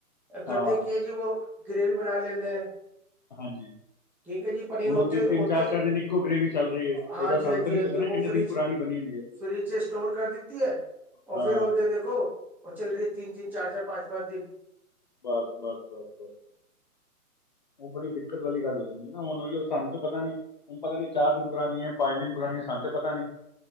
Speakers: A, in the centre; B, on the left.
A: ਕਰਦੇ
B: ਹਾਂ
A: ਕੀ ਹੈ ਜੀ ਉਹ ਗਰੇੇਵੀ ਬਣਾ ਲੈਂਦੇ ਨੇ
B: ਹਾਂਜੀ
A: ਠੀਕ ਹੈ ਜੀ ਪਨੀਰ
B: ਹੁਣ
A: ਉੱਥੇ
B: ਉਹ ਤਿੰਨ
A: ਉੱਥੇ
B: ਤਿੰਨ ਚਾਰ ਚਾਰ ਦਿਨ ਇੱਕੋ ਗ੍ਰੇਵੀ ਚੱਲ ਰਹੀ ਹੈ
A: ਹਾਂਜੀ-
B: ਉਹਦਾ ਸਾਨੂੰ
A: ਹਾਂਜੀ-ਹਾਂਜੀ
B: ਤਾਂ ਨਹੀਂ ਪਤਾ ਨਾ
A: ਉਹ
B: ਕਿੰਨੇ
A: ਫਰਿਜ-
B: ਦਿਨ ਪੁਰਾਣੀ ਬਣੀ ਹੋਈ ਹੈ
A: ਫਰਿਜ ਸਟੋਰ ਕਰ ਦਿੱਤੀ ਐ।
B: ਹਾਂ
A: ਫਿਰ ਉਹਦੇ ਦੇਖੋ ਉਹ ਚੱਲ ਰਹੀ ਹੈ ਤਿੰਨ- ਤਿੰਨ ਚਾਰ- ਚਾਰ ਪਾਚ- ਪਾਚ ਦਿਨ
B: ਬਸ- ਬਸ -ਬਸ -। ਉਹ ਬੜੀ ਦਿੱਕਤ ਵਾਲੀ ਗੱਲ ਹੋ ਜਾਂਦੀ ਨਾ ਹੁਣ ਓਹਓ ਸਾਨੂੰ ਤਾਂ ਪਤਾ ਨੀ ਹੁਣ, ਪਤਾ ਨੀ ਚਾਰ ਦਿਨ ਪੁਰਾਣੀ ਹੈ ਪੰਜ ਦਿਨ ਪੁਰਾਣੀ ਸਾਨੂੰ ਤਾਂ ਪਤਾ ਨੀ